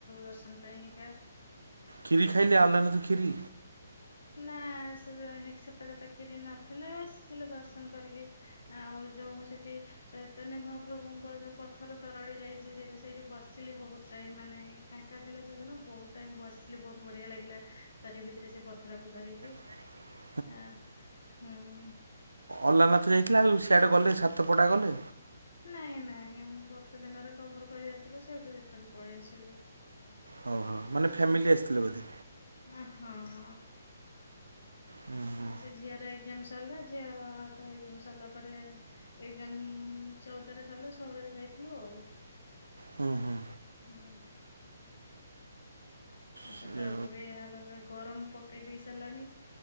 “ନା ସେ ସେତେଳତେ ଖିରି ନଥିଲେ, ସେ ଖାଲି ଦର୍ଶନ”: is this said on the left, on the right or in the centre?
Left